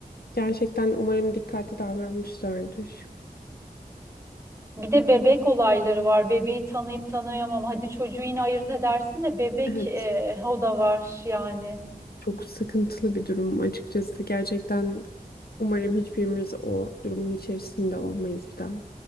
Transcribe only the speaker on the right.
Bir de bebek olayları var. Bebeği tanıyıp tanıyamam. Hadi çocuğu yine ayırt edersin de bebek
e, o da var yani.